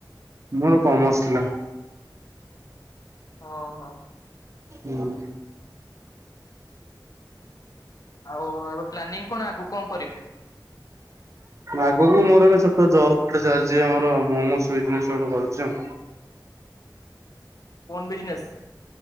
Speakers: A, on the right; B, on the left.
A: ମୋର କମର୍ସ ଥିଲା।
B: ହଁ, ହଁ।
A: ହୁଁ।
B: ଆଉ ଏବେ ପ୍ଲାନିଂ କଣ? ଆଗକୁ କଣ କରିବେ?
A: ଆଗକୁ ମୋର ଏବେ ଛୋଟ ଜବ୍ ଗୋଟେ ଚାଲିଛି ଆମର। ମୋମୋସ୍ ବିଜନେସ ଗୋଟେ କରୁଛି।
B: Own business.